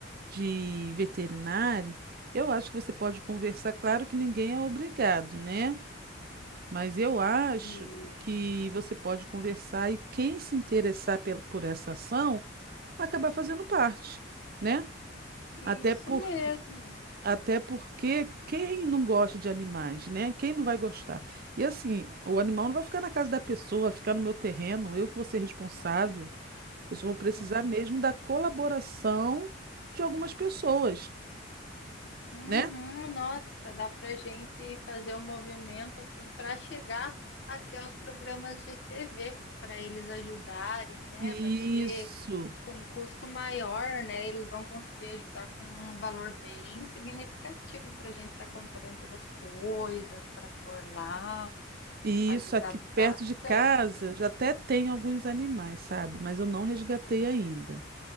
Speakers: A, on the right (about 50°); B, on the left (about 65°).
A: de veterinário, eu acho que você pode conversar. Claro que ninguém é obrigado, né? Mas eu acho
B: Isso.
A: que você pode conversar e quem se interessar pel- por essa ação acabar fazendo parte, né?
B: Isso
A: Até porque
B: mesmo.
A: até porque quem não gosta de animais, né? Quem não vai gostar? E assim, o animal não vai ficar na casa da pessoa, vai ficar no meu terreno, eu que vou ser responsável. Eu só vou precisar
B: Uhum.
A: mesmo da colaboração de algumas pessoas,
B: Uhum.
A: né?
B: Nossa, dá para a gente fazer um movimento assim para chegar até os programas de TV para eles ajudarem, né?
A: Isso.
B: Vai ser com um custo maior, né? Eles vão conseguir ajudar com um valor bem significativo para a gente estar comprando todas as coisas para pôr lá,
A: E
B: ajudar
A: isso aqui perto
B: bastante.
A: de casa já até tem alguns animais, sabe? Mas eu não resgatei ainda.